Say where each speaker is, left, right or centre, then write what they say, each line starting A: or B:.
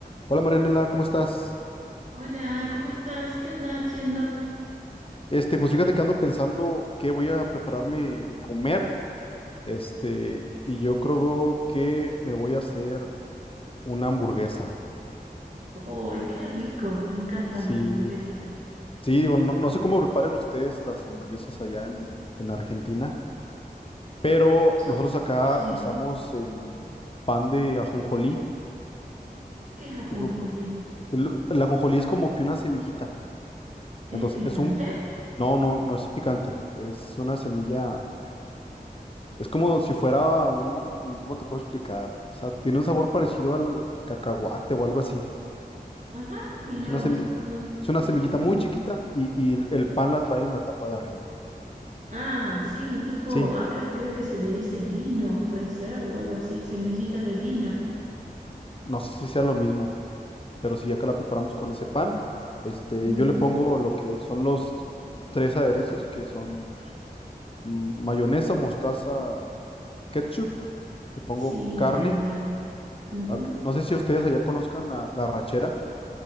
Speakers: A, on the left (about 35°); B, on the right (about 50°).
A: Hola Marianela, ¿cómo estás?
B: Hola, ¿cómo estás? ¿Qué andas haciendo?
A: Este, pues fíjate que ando pensando qué voy a prepararme de comer. Este, y yo creo que me voy a hacer una hamburguesa.
B: ¡Uy, qué rico! Me encantan
A: Sí,
B: las hamburguesas.
A: sí, digo, no, no sé cómo preparen ustedes las hamburguesas allá en, en Argentina, pero
B: Yo-
A: nosotros acá
B: Sí.
A: usamos el pan de ajonjolí.
B: ¿Qué es ajonjolí?
A: Tipo, el, el ajonjolí es como que una semillita.
B: ¿Es
A: Entonces,
B: picante?
A: es un, no, no, no es picante, es una semilla Es como si fuera un, ¿cómo te puedo explicar? O sea, tiene un sabor parecido al cacahuate o algo así.
B: Ajá, mira
A: Es una
B: vos.
A: semilla,
B: No,
A: es una semillita muy
B: no.
A: chiquita y, y el, el pan la trae en la tapa de arriba.
B: Ah, sí, tipo,
A: Sí,
B: acá creo que se le dice lino, puede ser, o algo así, semillitas de lino.
A: no sé si sea lo mismo, pero sí, acá la preparamos con ese pan. Este,
B: Ujú.
A: yo le pongo lo que son los tres aderezos, que son mm, mayonesa, mostaza, ketchup. Le pongo
B: Sí,
A: carne.
B: acá igual. Ujú.
A: Ac- No sé si ustedes allá conozcan la la arrachera.